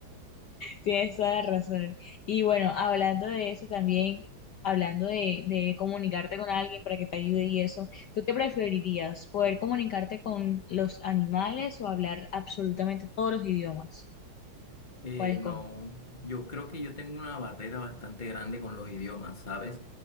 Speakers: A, on the left; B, on the left.
A: tienes toda la razón. Y bueno, hablando de eso también, hablando de, de comunicarte con alguien para que te ayude y eso, ¿tú qué preferirías? ¿Poder comunicarte con los animales o hablar absolutamente todos los idiomas?
B: Eh,
A: ¿Cuál escoges?
B: no, yo creo que yo tengo una barrera bastante grande con los idiomas, ¿sabes?